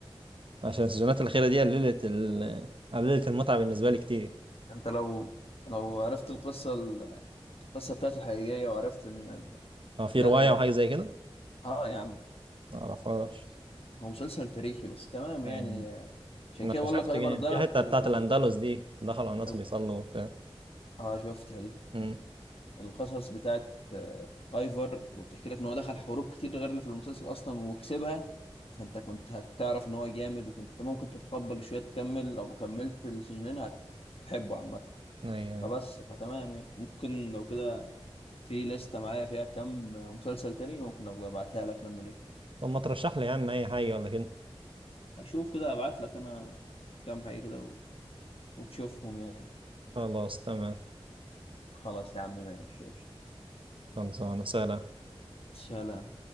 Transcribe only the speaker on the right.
عشان السيزونات الأخيرة دي قللت ال... قللت المتعة بالنسبة لي كتير
هو في
رواية
وحاجة زي كده
ما أعرفهاش
يعني
ما
شفت
جاي
في حتة
بتاعت
الأندلس دي دخلوا على ناس
بيصلوا وبتاع
امم
أيوه أيوة.
طب ما ترشح لي يا عم أي حاجة ولا كده
خلاص تمام
خلصانة سلام